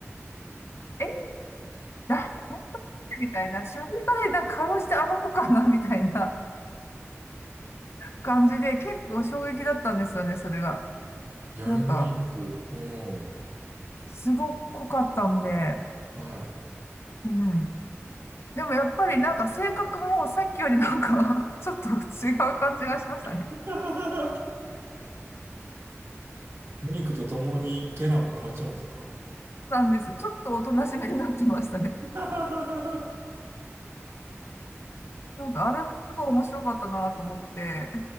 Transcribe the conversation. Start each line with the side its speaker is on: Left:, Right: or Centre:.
Left: え、誰本当にみたいな、喋り方で、なんかかろうじてあの子かなみたいな感じで、結構衝撃だったんですよね、それが。
Right: やるメイク。
Left: なんか、
Right: うん。
Left: すごかったんで、
Right: はい。
Left: うん。でもやっぱりなんか性格もさっきよりなんか <laughs> ちょっと違う感じがしましたね。
Right: <laughs> メイクとともにキャラも変わっちゃうんですか
Left: なんですちょっとおとなしめになってましたね。
Right: <laughs>
Left: なんかあれもすごい面白かったなと思って。